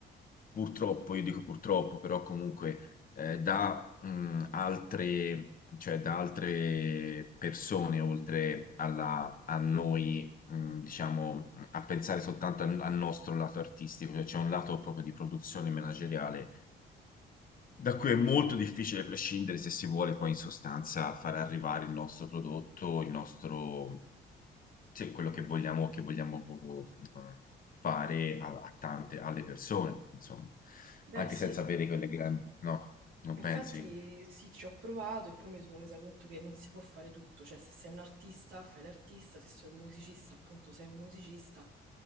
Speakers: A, on the left; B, on the right.
A: purtroppo, io dico purtroppo, però comunque eh, da mh, altre... Cioè, da altre persone oltre alla- a noi mh, diciamo, a pensare soltanto al, al nostro lato artistico, cioè c'è un lato proprio di produzione manageriale da cui è molto difficile prescindere se si vuole poi in sostanza far arrivare il nostro prodotto, il nostro, cioè, quello che vogliamo, che vogliamo eh, fare a, a tante, alle persone, insomma,
B: Beh,
A: anche
B: sì.
A: senza avere quelle grandi, no, non
B: Infatti
A: pensi?
B: sì, ci ho provato e poi mi sono resa conto che non si può fare tutto, cioè se sei un artista fai l'artista, se sei un musicista appunto sei un musicista,